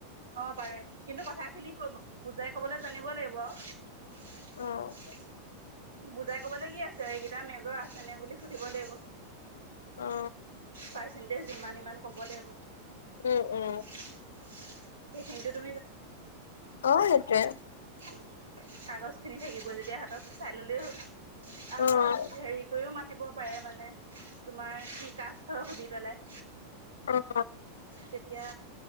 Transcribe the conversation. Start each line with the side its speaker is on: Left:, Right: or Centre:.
Right: অ পাৰে কিন্তু কথাখিনি ক বুজাই ক'বলৈ জানিব লাগিব আৰু।
Left: অ',
Right: <unintelligible> বুজাই ক'বলৈ কি আছে এইকেইটাৰ মেজৰ আছেনে বুলি সুধিব লাগিব।
Left: অ।
Right: পাৰ্চেণ্টেজ ইমান ইমান ক'ব লাগিব।
Left: উম, উম,
Right: সেইখিনটো
Left: অ', সেইটোৱে
Right: উম কাগজ খিনি থাকিব যেতিয়া হাতত চাই ল'লেই হ'ল। আৰু
Left: অ',
Right: হেৰি কৰিও মাতিব পাৰে মানে। তোমাৰ কি কাজ ধৰ সুধি পেলাই
Left: অ',
Right: তেতিয়া